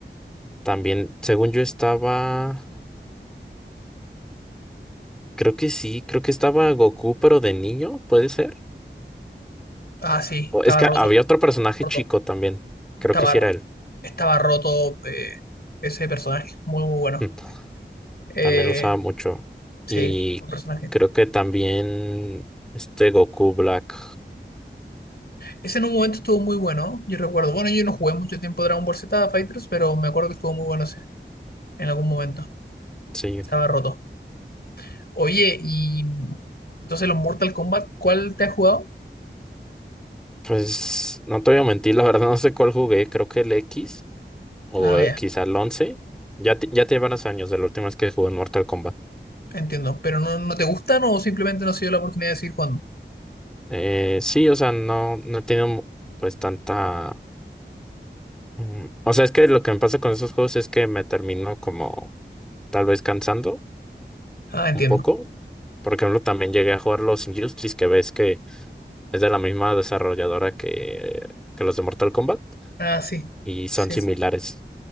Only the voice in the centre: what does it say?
También, según yo estaba... Creo que sí, creo que estaba Goku, pero de niño, ¿puede ser?
O-
es que
había otro personaje
chico también. Creo
que sí era él.
Mm,
También lo usaba mucho.
Y
creo que también este Goku Black.
Sí.
Pues no te voy a mentir, la verdad no sé cuál jugué, creo que el X o
eh,
quizá el 11. Ya, te- ya tiene varios años de la última vez que jugué en Mortal Kombat.
Eh, sí, o sea, no, no he tenido mu- pues tanta... mm, O sea, es que lo que me pasa con esos juegos es que me termino como tal vez cansando
un poco. Por ejemplo, también llegué a jugar los Injustice, que ves que es de la misma desarrolladora que, que los de Mortal Kombat
y son
similares.